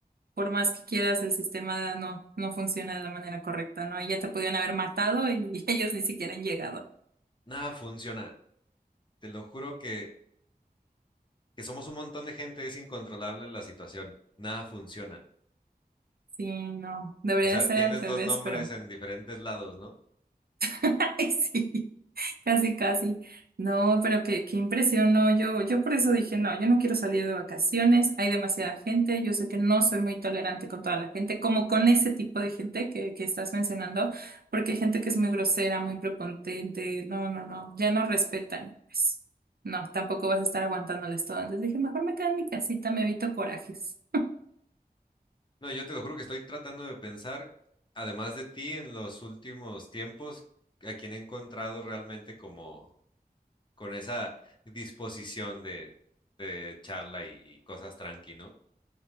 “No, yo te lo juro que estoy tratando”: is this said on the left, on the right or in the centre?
Left